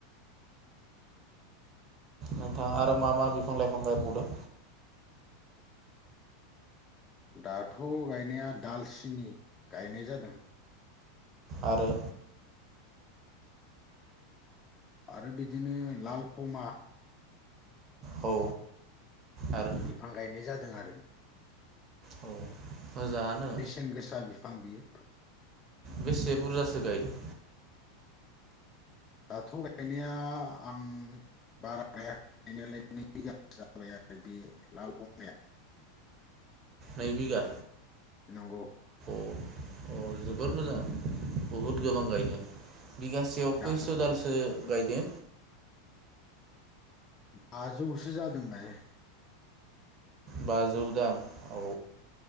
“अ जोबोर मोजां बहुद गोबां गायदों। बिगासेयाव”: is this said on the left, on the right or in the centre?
Right